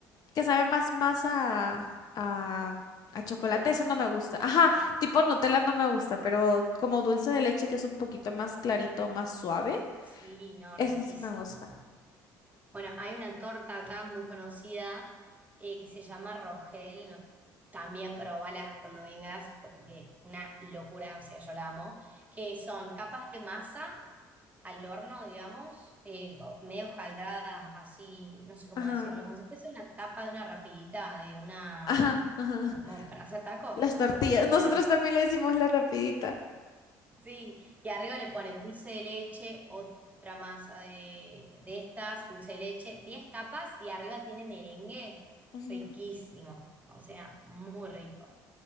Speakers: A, on the left; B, on the right.
A: que sabe más, más a... a... a chocolate,
B: ¿Nutella?
A: eso no me gusta. <laughs> Ajá,
B: Ah,
A: tipo Nutella no me gusta, pero como dulce de leche que es un poquito más clarito, más suave,
B: sí, no,
A: eso
B: riquísimo.
A: sí me gusta.
B: Bueno, hay una torta acá muy conocida eh, que se llama Rogel. no- también probala cuando vengas porque una locura, o sea, yo la amo. Que son capas de masa al horno, digamos, eh, o medio jaldradas así, no sé cómo
A: Ajá.
B: decirlo, como si fuese una tapa de una rapidita, de una,
A: Ajá, ajá.
B: como para hacer tacos.
A: Las tortillas.
B: Bueno,
A: Nosotros también le decimos la rapidita.
B: Sí, y arriba le ponen dulce de leche, otra masa de, de estas, dulce de leche, 10 capas y arriba tiene merengue
A: Ujú.
B: riquísimo, o sea, muy rico.